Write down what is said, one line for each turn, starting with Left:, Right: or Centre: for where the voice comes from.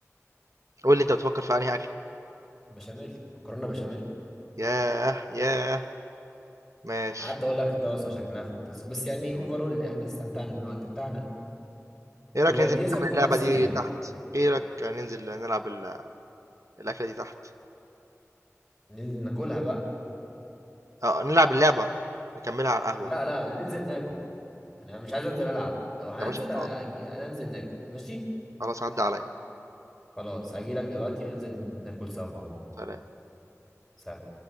Right: قول لي انت بتفكر في انهي اكل
Centre: بشاميل مكرونة بشاميل
Right: ياه ياه ماشي
Centre: قعدت أقول لك الطاسة شكلها في الطاسة بس يعني أوفرول إحنا استمتعنا بالوقت بتاعنا
Right: ايه رايك
Centre: ويعني
Right: ننزل
Centre: دي
Right: نكمل
Centre: نسلينا
Right: اللعبه
Centre: نفسينا
Right: دي
Centre: يعني
Right: تحت ايه رايك ننزل نلعب ال- الاكله دي تحت
Centre: ننزل ناكلها بقى
Right: اه نلعب اللعبه نكملها على القهوه
Centre: لا لا ننزل ناكل أنا مش عايز أنزل ألعب لو هننزل
Right: يا باشا خلاص
Centre: هجي... هننزل ناكل ماشي
Right: خلاص عدى عليا
Centre: خلاص هجيلك دلوقتي ننزل ناكل سوا مع بعض
Right: سلام
Centre: سلام